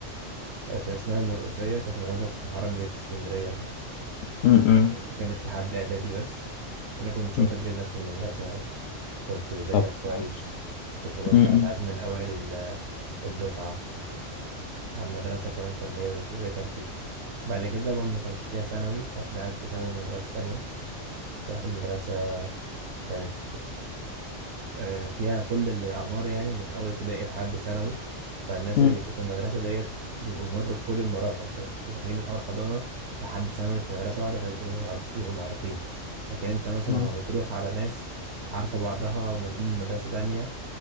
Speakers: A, on the right (about 65°); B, on the left (about 65°).
A: آه، في اسمها المرقسية كانت موجودة في محرم بيه في اسكندرية
B: م. م-
A: فالمدرسة دي كانت لحد إعدادي بس أنا كنت شاطر
B: م.
A: جدا في المدرسة يعني كنت بذاكر
B: طب
A: كويس
B: معلش.
A: وكنت بطلع
B: امم
A: ساعات من أوائل ال- الدفعة على المدرسة كمان كنا إيه، بيبقى ترتيب بعد كده بقى ما كانش فيها ثانوي فاتنقلت ثانوي مدرسة تانية رحت المدرسة كانت آه، فيها كل الأعمار يعني من أول ابتدائي لحد ثانوي فالناس
B: م.
A: اللي بيبقوا في المدرسة ديت بيبقوا مروا بكل المراحل فداخلين من أول حضانة لحد ثانوي في مدرسة واحدة فبيبقوا يعر- يبقوا معروفين لكن أنت مثلا
B: آه.
A: لما بتروح على ناس عارفة بعضها ونقول من مدرسة تانية